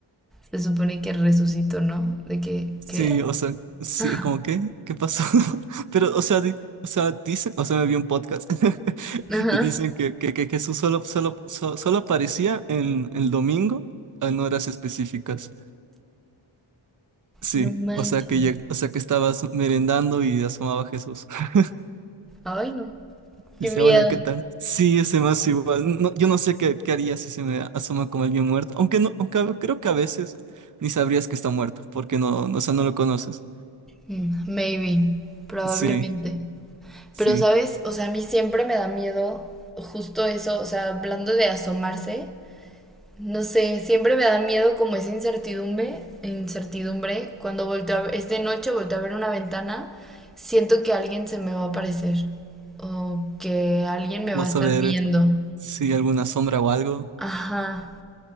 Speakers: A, in the centre; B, on the right.
A: se supone que resucitó, ¿no? De que,
B: Sí,
A: ¿qué?
B: o sea, sí,
A: <laughs>
B: es como, ¿qué? ¿Qué pasó? <laughs> Pero, o sea, di- o sea, dicen, o sea, me vi un podcast <laughs>
A: Sí. Ajá.
B: y dicen que, que, que Jesús solo, solo, so- solo aparecía en el domingo en horas específicas. Sí,
A: No manches.
B: o sea, que lleg- o sea, que estabas merendando y asomaba Jesús. <laughs>
A: Ay, no.
B: Dice,
A: Qué miedo.
B: hola, ¿qué tal? Sí, ese más igual. No, yo no sé qué, qué haría si se me asoma como alguien muerto, aunque no, aunque a- creo que a veces ni sabrías que está muerto, porque no, no, o sea, no lo conoces.
A: Mm, Maybe, probablemente.
B: Sí, sí.
A: Pero, ¿sabes? O sea, a mí siempre me da miedo justo eso, o sea, hablando de asomarse. No sé, siempre me da miedo como esa incertidumbre, incertidumbre. Cuando volteo a ver, es de noche, volteo a ver una ventana, siento que alguien se me va a aparecer o que alguien me
B: Vas
A: va a estar
B: a ver.
A: viendo.
B: Sí, alguna sombra o algo.
A: Ajá,